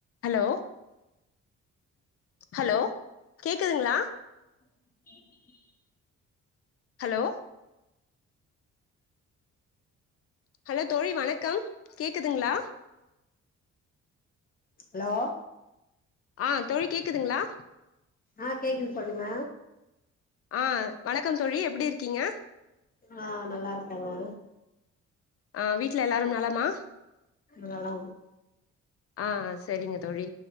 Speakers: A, on the left (about 50°); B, on the left (about 30°).
A: ஹலோ ஹலோ கேக்குதுங்களா
B: <inaudible>
A: ஹலோ ஹலோ தோழி வணக்கம் கேக்குதுங்களா
B: ஹலோ
A: ஆ தோழி கேக்குதுங்களா
B: ஆ கேக்குது சொல்லுங்க
A: ஆ வணக்கம் தோழி எப்டி இருக்கீங்க
B: ஆ நல்லா இருக்கன் நா
A: ஆ வீட்ல எல்லாரும் நலமா
B: நலம்
A: ஆ செரிங்க தோழி